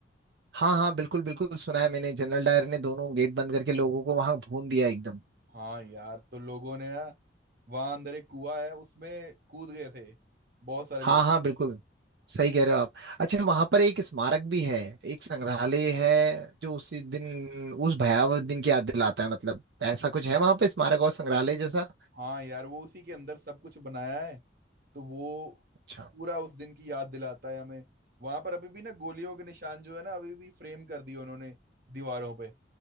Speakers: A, on the right; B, on the right.
A: हाँ हाँ बिल्कुल बिल्कुल सुना है मैंने जनरल डायर ने दोनों गेट बंद करके लोगों को वहां भून दिया एकदम
B: हाँ यार तो लोगों ने ना वहां अंदर एक कुआ है उसमें कूद गए थे बहुत सारे
A: हाँ
B: लोग
A: हाँ बिल्कुल सही कह रहे हो आप अच्छा वहां पर एक स्मारक भी है एक संग्रहालय है जो उसी दिन उस भयावह दिन की याद दिलाता है मतलब ऐसा कुछ है वहां पे स्मारक और संग्रहालय जैसा
B: हाँ यार वो उसी के अंदर सब कुछ बनाया है तो वो
A: अच्छा
B: पूरा उस दिन की याद दिलाता है हमें वहां पर अभी भी ना गोलियों के निशान जो है ना अभी भी फ्रेम कर दिए उन्होंने दीवारों पे